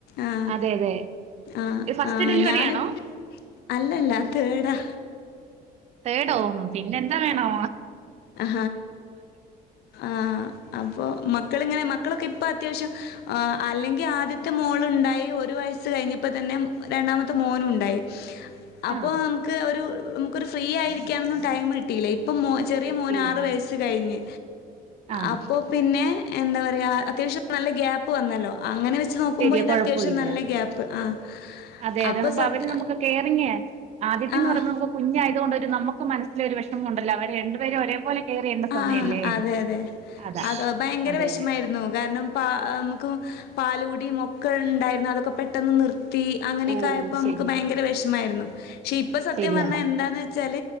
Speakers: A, on the left; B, on the right.
A: ആഹ്
B: അതെ അതെ
A: ആഹ്
B: ഇത് ഫസ്റ്റ്
A: ആ
B: ഡെലിവറി
A: ഞാൻ
B: ആണോ
A: അല്ലല്ലാ തേഡ് ആ
B: തേടോ പിന്നെന്ത വേണോ
A: ആ ആ അപ്പൊ മക്കളിങ്ങനെ മക്ക ക്കളൊക്കെ ഇപ്പോ അത്യാവശ്യം അല്ലെങ്കി ആദ്യത്തെ മോളുണ്ടായി ഒരു വയസ്സ് കഴിഞ്ഞപ്പതന്നെ രണ്ടാമത്തെ മോനുണ്ടായി അപ്പൊ
B: ആഹ്
A: നമ്മക്ക് ഒരു നമ്മക്കൊരു ഫ്രീ ആയി ഇരിക്കാനൊന്നും ടൈം കിട്ടില്ല ഇപ്പോ മോ ചെറിയ
B: കിട്ടിയില്ല
A: മോന് ആറ് വയസ്സ് കഴിഞ്ഞ്
B: ആഹ്
A: അപ്പോ പിന്നെ എന്താ പറയാ അത്യാവശ്യം നല്ല ഗ്യാപ്പ് വന്നല്ലോ അങ്ങനെ വെച്ച് നോക്കുമ്പോ
B: ശരി
A: ഇത്
B: കുഴപ്പമില്ല
A: അത്യാവശ്യം നല്ല ഗ്യാപ്പ് ആഹ്
B: അതെ അത്
A: അപ്പൊ
B: ന്നപ
A: സത്
B: അവര് നമ്മക്ക് കയറിങ്ങേ ആദ്യത്തെന്ന്
A: ആഹ്
B: പറയുമ്പോ നമ്മക്ക് കുഞ്ഞായതുകൊണ്ട് നമ്മക്ക് മനസ്സിലൊരു വിഷമുണ്ടല്ലോ അവരെ രണ്ട് പേരെ ഒരേപോലെ കെയർ ചെയ്യേണ്ട സമയല്ലേ
A: ആ അതെ അതെ
B: അതാ
A: അതോ ഭയങ്കര
B: അതെ
A: വിഷമായിരുന്നു
B: അതെ
A: കാരണം പാ നമ്മക്ക് പാലുകുടി ഒക്കെ ഉണ്ടായിരുന്നു അതൊക്കെ പെട്ടെന്ന് നിർ ത്തി അങ്ങനെയൊക്കെ
B: ഓ
A: ആയപ്പോ നമ്മക്ക്
B: ശരിയാ
A: ഭയങ്കര വിഷമായിരുന്നു. ഷെ ഇപ്പൊ സത്യം
B: ശരിയാടാ
A: പറഞ്ഞ എന്താന്ന് വച്ചാൽ